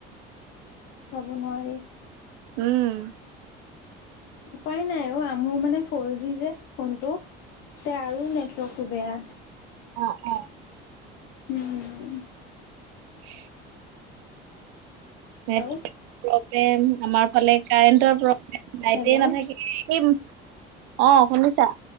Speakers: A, on the left; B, on the right.
A: চাব নোৱাৰি।
B: উম।
A: উপায় নাই অ। মোৰ মানে ফ'ৰ জি যে ফোনটো। এয়া আৰু নেটৱৰ্কটো বেয়া।
B: অ-অ।
A: উম।
B: <inaudible> নেটৱৰ্ক
A: হেল্ল',
B: প্ৰব্লেম আমাৰ ফালে কাৰেণ্টৰ প্ৰ লাইতে
A: হেল্ল'।
B: নাথাকে। অ শুনিছা?